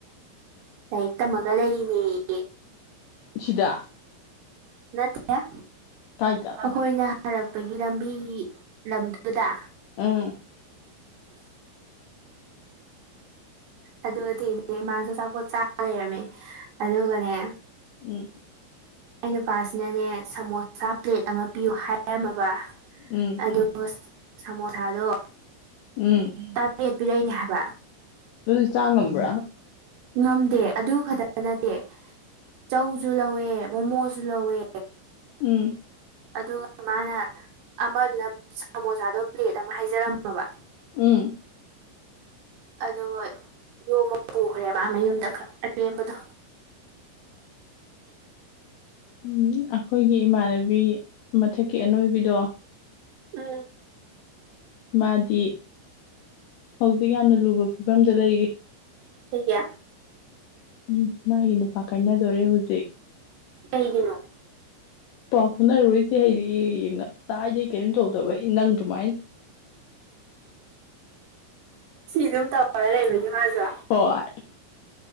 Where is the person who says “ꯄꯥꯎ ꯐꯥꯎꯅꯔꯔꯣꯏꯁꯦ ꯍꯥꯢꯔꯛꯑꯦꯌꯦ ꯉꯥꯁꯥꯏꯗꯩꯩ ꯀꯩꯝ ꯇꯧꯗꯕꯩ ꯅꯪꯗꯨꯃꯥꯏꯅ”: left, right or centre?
Left